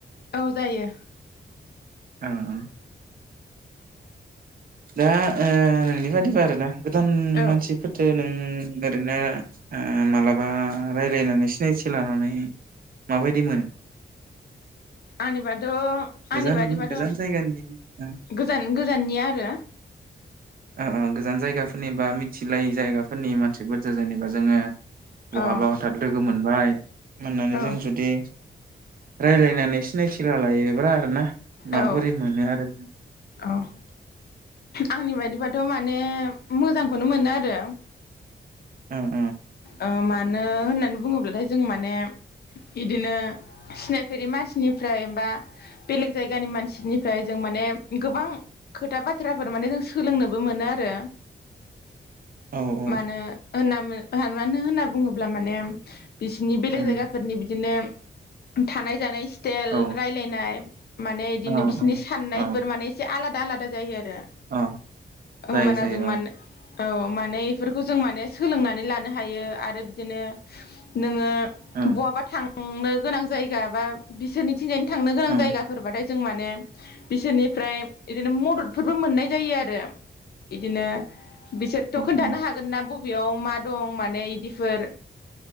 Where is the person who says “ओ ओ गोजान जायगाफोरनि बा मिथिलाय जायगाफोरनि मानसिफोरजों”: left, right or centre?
Right